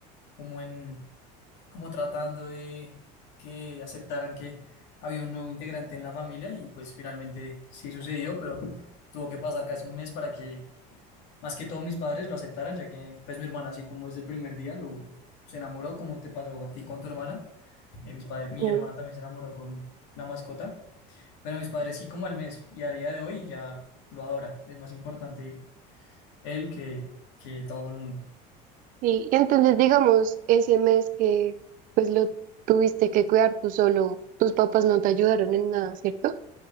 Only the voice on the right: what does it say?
Ok.
Y, y entonces, digamos, ese mes que pues lo tuviste que cuidar tú solo, tus papás no te ayudaron en nada, ¿cierto?